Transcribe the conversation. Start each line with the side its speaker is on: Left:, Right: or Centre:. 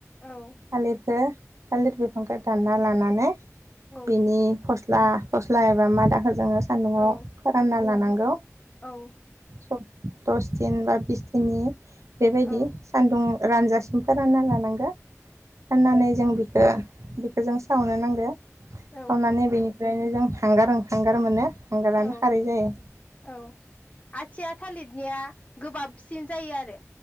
Left: औ
Right: थालिरखो थालिर बिफांखौ दानना लानानै
Left: औ
Right: बेनि फ स्ला फस्ला एबा मादाखौ जोङो सान्दुंआव।
Left: औ
Right: फोरानना लानांगौ।
Left: औ
Right: सब दस दिन बा बिस दिननि। बेबायदि
Left: औ
Right: सान्दुं। रानजा सिम रानना लानांगो फोराननानै जों बिखो। बेखो जों सावनो नांगो।
Left: औ
Right: अननानै बेनि। ओखायनो जों हांगार ओ हांगार मोनो। हांगारानो
Left: औ
Right: खारै जायो
Left: औ आथिया थालिदनिया गोबाबसिन जायो आरो।